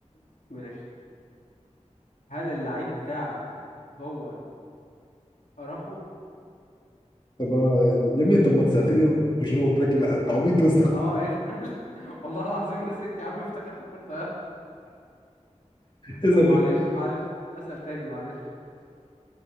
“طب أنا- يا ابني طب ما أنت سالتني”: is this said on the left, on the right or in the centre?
Left